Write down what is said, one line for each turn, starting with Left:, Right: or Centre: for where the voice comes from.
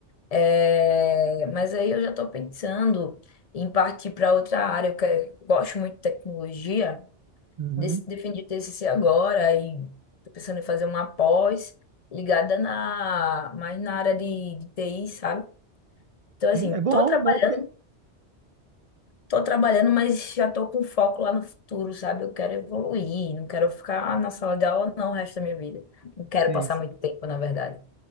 Left: É, mas aí eu já estou pensando em partir para outra área. Eu que- gosto muito de tecnologia,
Right: Uhum.
Left: dec- defendi TCC agora e estou pensando em fazer uma pós ligada na, mais na área de, de TI, sabe? Então, assim,
Right: Sim, É bom,
Left: tô trabalhando,
Right: bom porque...
Left: tô trabalhando, mas já tô com foco lá no futuro, sabe? Eu quero evoluir, não quero ficar na sala de aula não o resto da minha vida. Não quero
Right: Sim,
Left: passar
Right: sim,
Left: muito tempo, na verdade.